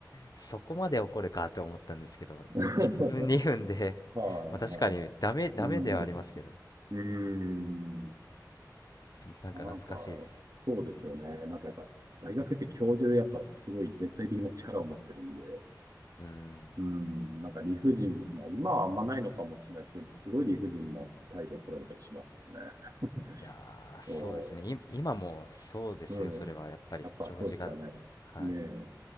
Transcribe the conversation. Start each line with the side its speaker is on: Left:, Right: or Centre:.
Left: そこまで怒るかと思ったんですけど、
Right: <laughs>
Left: い1分2分で
Right: はいはい。
Left: <laughs> まあ確かにダメ、ダメではありますけど、
Right: うん。うーん。
Left: なんか懐かしいです。
Right: なんか、そうですよね。なんかやっぱ、大学って教授でやっぱすごい絶対的な力を持ってるんで、
Left: うん。
Right: うん。なんか理不尽、まあ今はあんまないのかもしれないですけど、すごい理不尽な態度を取られたりしますよね。<laughs>
Left: いやー、
Right: そ
Left: そうですね。い今もそうですよ、
Right: う。
Left: それはやっぱり教授が、
Right: うん。やっぱそうですかね。
Left: はい。
Right: ねえ。